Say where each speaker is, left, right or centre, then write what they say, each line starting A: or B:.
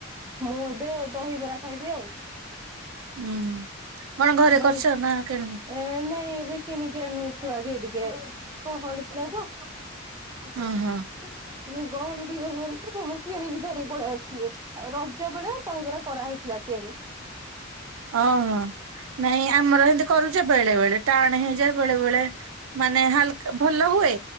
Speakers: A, on the right; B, on the right.
A: ମୁଁ ଏବେ ଦହିବରା ଖାଇବି ଆଉ।
B: ଉୁଁ କଣ ଘରେ
A: ଦହି
B: କରିଛ ନା କିଣିକି?
A: ଏ ନାଇଁ ଏବେ କିଣିକି ଆଣଛୁ ଆଜି <unintelligible> ଥିଲା ତ। <unintelligible> <unintelligible> କିଣିକି
B: ହଁ ହଁ
A: ଧରିକି ପଳେଇ ଆସିବୁ। ରଜ ବେଳେ ଦହିବରା କରାହେଇଥିଲା ତିଆରି।
B: ଅ ହଁ। ନାଇଁ ଆମର ହେଁତି କରୁଚେ ବେଳେ ବେଳେ ଟାଣ ହେଇଯାଏ ବେଳେ ବେଳେ ମାନେ ହାଲ ଭଲ ହୁଏ